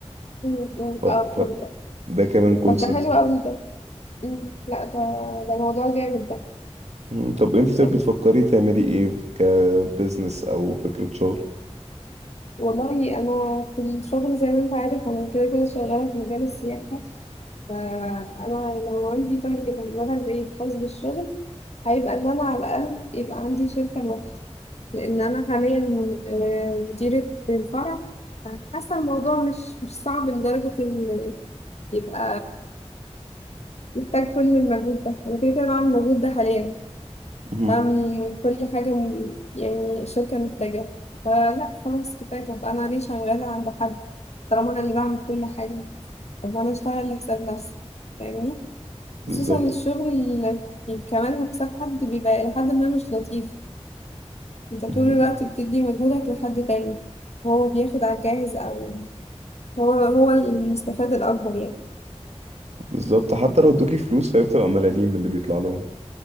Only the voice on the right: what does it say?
ف... ف...
ده كمان كول
سنتر
مم. طب انت
طب بتفكري تعملي ايه كبزنس او فكرة شغل
مهم.
بالظبط
مهم.
بالظبط حتى لو ادوكي فلوس فهي بتبقى ملاليم من اللي بيطلع لهم